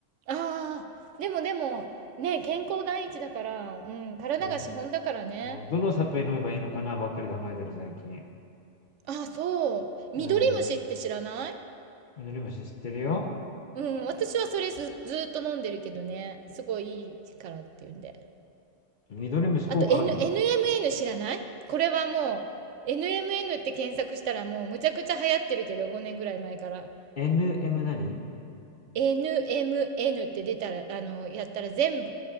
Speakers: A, on the right; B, on the left.
A: ああ、でもでも、ね、健康第一だから、うん、体が資本だからね。
B: もう、もうどのサプリ飲めばいいのかなばっかり考えてる、最近。
A: あそう。緑虫って知らない
B: うん。緑虫知ってるよ
A: うん、私はそれず、ずーっと飲んでるけどね。すごいいいからっていうんで。
B: 緑虫効果あんの
A: あと、N、NMN 知らないこれはもう、NMN って検索したらもうむちゃくちゃ流行ってるけど、5年ぐらい前から。
B: ?NM 何
A: NMN って出たら、あの、やったら全部、